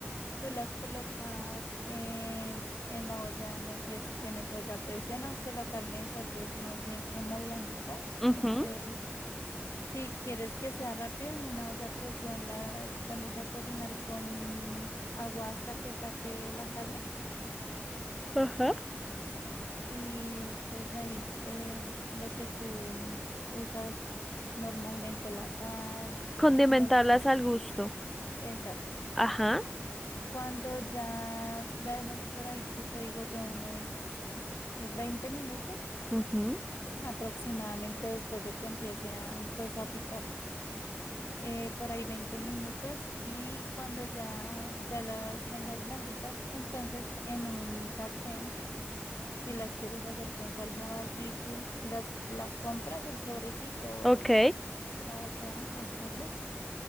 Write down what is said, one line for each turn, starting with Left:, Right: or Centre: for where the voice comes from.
Left: tú las colocas en, en la olla, no sé si tienes olla a presión, aunque la carne de cerdo es más bien como blandita.
Centre: Ujú,
Left: Entonces... Si quieres que sea rápido, en una olla a presión las pones a cocinar con agua hasta que tape la carne
Centre: Ajá.
Left: y pues ahí eh, lo que tú mm, usas normalmente, la sal,
Centre: Condimentarlas
Left: no sé,
Centre: al gusto.
Left: exacto.
Centre: Ajá.
Left: Cuando ya la dejas por ahí, que te digo yo, unos ¿qué? 20 minutos
Centre: ujú,
Left: aproximadamente después de que empiece a pues a pitar eh, por ahí veinte minutos y cuando ya, ya las tengas blanditas, entonces en un sartén, si las quieres hacer con salsa barbecue, las, la compras el sobrecito,
Centre: Ok.
Left: depende de cuánta vas a, a echarle